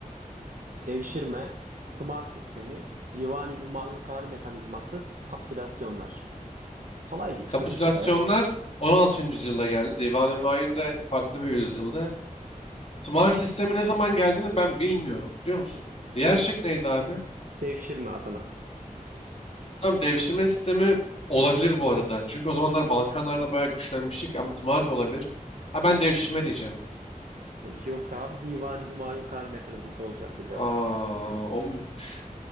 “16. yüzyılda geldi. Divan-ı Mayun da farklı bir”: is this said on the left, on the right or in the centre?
Left